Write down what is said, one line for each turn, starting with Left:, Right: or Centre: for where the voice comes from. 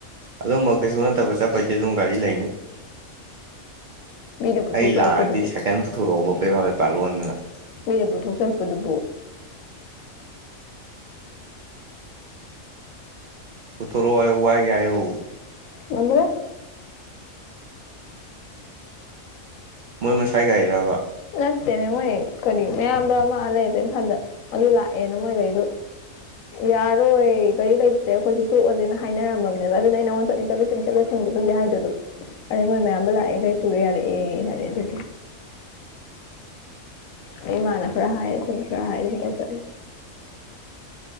Right: ꯑꯗꯨꯝꯕ ꯀꯩꯁꯨ ꯅꯠꯇꯕ ꯆꯠꯄꯩꯗꯤ ꯑꯗꯨꯝ ꯒꯥꯔꯤ ꯂꯩꯅꯤ
Left: ꯃꯤꯅ ꯄꯨꯊꯣꯛꯆꯔꯛꯄꯗꯨꯕꯨ
Right: ꯑꯩ ꯂꯥꯛꯑꯗꯤ ꯁꯥꯏꯀꯟ ꯄꯨꯊꯣꯔꯛꯑꯣꯕ <unintelligible>
Left: ꯃꯤꯅ ꯄꯨꯊꯣꯛꯆꯔꯛꯄꯗꯨꯕꯨ
Right: ꯄꯨꯊꯣꯔꯛꯑꯣ ꯍꯥꯏꯌꯣ ꯋꯥꯏꯒꯦ ꯍꯥꯏꯌꯣ
Left: ꯉꯝꯃꯔꯣꯏ
Right: ꯃꯣꯏ ꯃꯁꯥꯏꯒꯥꯔꯤꯔꯕ
Left: ꯅꯠꯇꯦꯅꯦ ꯃꯣꯏ ꯀꯔꯤ ꯃꯌꯥꯝꯕ ꯑ ꯂꯩꯌꯦꯗꯣ ꯏꯝꯐꯥꯜꯗ ꯑꯗꯨ ꯂꯥꯛꯑꯦꯅ ꯃꯣꯏ ꯒꯥꯔꯤꯗꯣ ꯌꯥꯔꯔꯣꯏ ꯒꯥꯔꯤ ꯂꯩꯇ꯭ꯔꯦ ꯑꯩꯈꯣꯏꯁꯨ ꯇꯣꯛꯑꯁꯦꯅ ꯍꯥꯏꯅꯔꯝꯃꯅꯦꯕ ꯑꯗꯨꯅ ꯅꯉꯣꯟ ꯆꯠꯅꯤ ꯆꯠꯂꯣꯏ ꯁꯤꯡ ꯆꯠꯂꯣꯏꯁꯤꯡ ꯈꯪꯗꯦ ꯍꯥꯏꯗꯗꯣ ꯑꯗꯩ ꯃꯣꯏ ꯃꯌꯥꯝꯕ ꯂꯥꯛꯑꯦ ꯒꯥꯔꯤ ꯄꯨꯒꯦ ꯌꯥꯔꯛꯑꯦ ꯍꯥꯏꯔꯦ ꯑꯗꯨ ꯑꯗꯩ ꯃꯥꯅ ꯈꯔ ꯍꯥꯏ ꯑꯈꯣꯏꯅ ꯈꯔ ꯍꯥꯏ ꯑꯗꯨꯒ ꯇꯧ ꯆꯠꯂꯤꯅꯤ